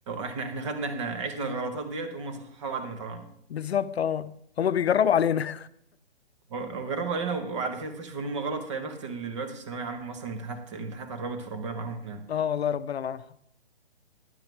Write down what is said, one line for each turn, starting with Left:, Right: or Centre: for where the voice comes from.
Right: احنا احنا خدنا احنا عشنا الغلطات ديت هم صححوها بعد ما طلعنا
Left: بالظبط اه هما بيجربوا علينا
Right: و- وجربوا علينا وبعد كده اكتشفوا ان هم غلط فيا بخت اللي دلوقتي في الثانويه عامه مثلا الامتحانات الامتحانات قربت في ربنا معاهم
Left: <laughs>
Right: يعني
Left: اه والله ربنا معاهم